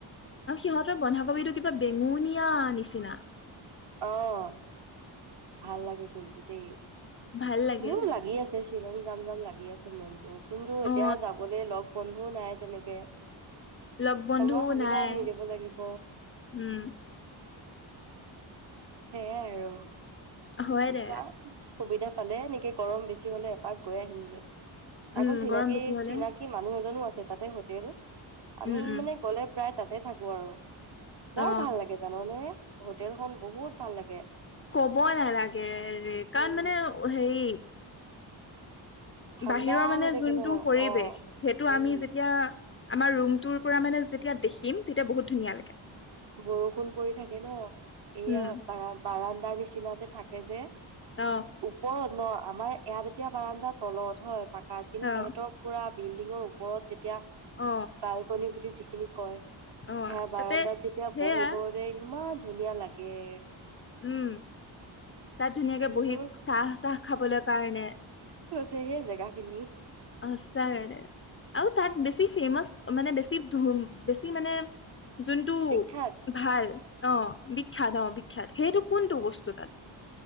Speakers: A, on the left; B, on the right.
A: আৰু সিহঁতৰ বন্ধাকবি কিবা বেঙুনি <unintelligible> ঙুনীয়া নিচনা। <unintelligible>
B: অহ, ভাল লাগে কিন্তু দেই,
A: ভাল লাগে
B: মোৰো লাগি আছে। শ্বিলং যাম যাম লাগি আছে মন টো। কিন্তু এতিয়া
A: অ
B: যাবলৈ লগ বন্ধুও নাই তেনেকে।
A: লগ বন্ধুও
B: সময় সুবিধাও
A: নাই
B: মিলিব লাগিব।
A: উম
B: সেইয়াই আৰু।
A: হয় দে
B: যাওঁ সুবিধা পালে নেক এই গৰম বেছি হ'লে এপাক গৈ আহিমগে।
A: উম
B: আকৌ চিনাকি,
A: গৰম বেছি হলে
B: চিনাকি মানুহ এজনো আছ তেপাতে হোটেল আমি,
A: উম উম
B: মানে গ'লে প্ৰায় তাতে থাকো আৰু, বৰ
A: অ
B: ভাল লাগে জাননে? হোটেলখন বহুত ভাল লাগে।
A: ক'বই নালাগে ৰে, কাৰণ
B: উম
A: মানে হেৰি
B: ঠাণ্ডা
A: বাহিৰৰ মানে
B: হৈ থাকে
A: জোনটো
B: ন
A: পৰিৱেশ,
B: অ
A: সেইটো
B: উম
A: আমি যেতিয়া আমাৰ ৰুমটোৰ পৰা মানে যেতিয়া দেখিম। তেতিয়া বহুত ধুনীয়া লাগে।
B: বৰষুণ পৰি থাকে ন' এইয়া
A: উম
B: বাৰাম বাৰান দাৰ নিচিনা যে, থাকে যে।
A: অ
B: ওপৰত ন'? আমাৰ ইয়াত এতিয়া বাৰাণ্ডা তলত হয়, পাক <unintelligible>
A: অ
B: সিহঁতৰ পুৰা বিল্ডিঙৰ ওপৰত যেতিয়া
A: অ
B: বালকনি বুলি যিখিনি কয়
A: অ
B: হা, বাৰাণ্ডা
A: তাতে
B: যে
A: সেয়া
B: বহিবলে <inaudible> ইমান ধুনীয়া লাগে।
A: উম, তাত ধুনীয়াকে বহী
B: মোৰ
A: চাহ তাহ খাবলৈ কাৰণে।
B: সেইয়ে জেগাখিনি।
A: সঁচাকে দেই। আৰু তাত বেছি ফেমাচ, মানে বেছি ধু বেছি মানে যোনটো
B: বিখ্যাত
A: ভাল অ', বিখ্যাত অ', বি সেইটো কোনটো
B: অ
A: বস্তু তাত?